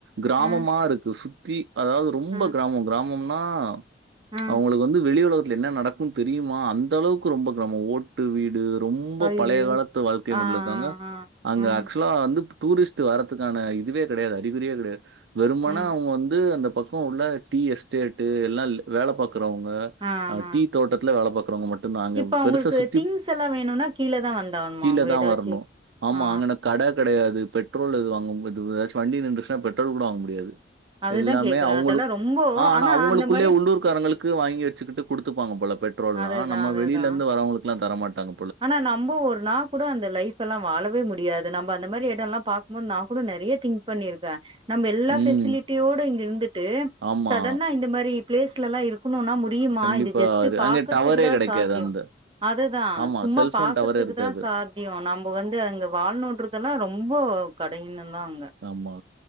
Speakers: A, on the right; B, on the right.
A: கிராமமா
B: ஆ
A: இருக்கு சுத்தி அதாது ரொம்ப
B: ஆ
A: கிராமம் கிராமம் மா
B: ஆ
A: அவுங்களுக்கு வந்து வெளி உலகத்துல என்ன நடக்கு தெரியுமா அந்த அளவுக்கு ரொம்ப கிராமம் ஓட்டு வீடு ரொம்ப
B: ஐயோ
A: பழைய காலத்து வாழ்க்கை
B: ஆ
A: முறைல இருக்காங்க
B: ஆ ஆ
A: அங்க
B: ம்
A: ஆக்சுவலா வந்து டூரிஸ்ட் வர்த்துக்கான இதுவே கெடையாது அறிகுறியே கெடையாது வெறுமானா
B: ம்
A: அவுங்க வந்து அந்த பக் கோ உள்ள டீ எஸ்டேட்டு எல்லா வேல பாக்றவுங்க
B: ஆ ஆ
A: டீ தோட்டத்துல வேல பாக்குறவுங்க மட் நாங்க
B: இப்ப அவங்களுக்கு
A: பெருச சுத்தி
B: திங்ஸ் எல்லா வேணும்னா கீழ தான் வந்தாவணுமா
A: கீழ
B: அவங்க
A: தா
B: ஏதாச்சு?
A: வரணு ஆமா
B: ஆ
A: அங்கன கட கெடயாது பெட்ரோல் இது வாங்கம் இது எதாச் வண்டி நின்றுச்னா பெட்ரோல் கூட வாங்க முடியாது
B: அதுதான்
A: எல்லாமே
B: கேக்குறேன்.
A: அவுங்குளுக்
B: அதெல்லாம் ரொம்ப
A: ஆ ஆனா அவுங்குளுகுள்ளே
B: அந்த மாரி
A: உள்ளூர் க் காரங்குளுக்கு வாங்கி வெச்சுக்கிட்டு குடுத்துப்பாங்க போல பெட்ரோல்லா
B: அதுதான்,
A: நம்ம
B: அதுதான்.
A: வெளிலந்து வரவுங்குளுகுலா தர மாட்டாங்க
B: ஆனா நம்ப ஊர் நா கூட அந்த லைப் எல்லாம் வாழவே முடியாது நம்ப அந்த மாரி எடோல்லா பாக்மோது நா கூட நெறய திங்க் பண்ணிருக்கே நம்ப எல்லா
A: ம்.
B: ஃபெசிலிட்டியோட இங்க இருந்துட்டு
A: ஆமா.
B: சடனா இந்த மாரி ப்ளேஸ்லல்லா இருக் குணுன்னா முடியுமா
A: கண்டிப்பா.
B: இது ஜஸ்ட்டு
A: அது
B: பாக்கர்துக்கு
A: அங்க டவரே
B: தா
A: கிடைக்காது
B: சாத்தியோ
A: அந்த
B: அதுதா
A: ஆமா.
B: சும்மா
A: செல்ஃபோன்
B: பாக்குர்துக்கு
A: டவரே இருக்காது.
B: தா சாத் த்யு நம்ப வந்து அங்க வாழ்நோன்ட்றதுல்லா ரொம்போ கடினோ தா அங்க
A: ஆமா